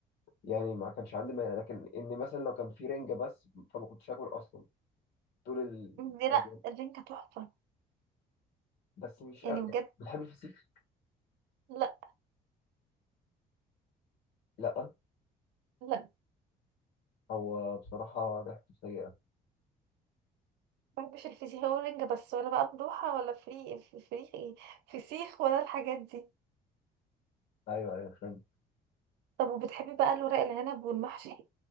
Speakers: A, on the left (about 75°); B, on the right (about 90°).
A: يعني ما كانش عندي مانع لكن إن مثلا لو كان في رنجة بس فما كنتش آكل أصلا طول الأيام
B: دي لا الرنجة تحفة
A: بس مش
B: يعني
A: أ...
B: بجد
A: بتحب الفسيخ؟
B: لا
A: لأ
B: لا
A: هو بصراحة ريحته سيئة
B: مبحبش الفسيخ ولا الرنجة بس ولا بقى ملوحة ولا فري فري إيه؟ فسيخ ولا الحاجات دي
A: أيوه أيوه فاهم
B: طب وبتحبي بقى الورق العنب والمحشي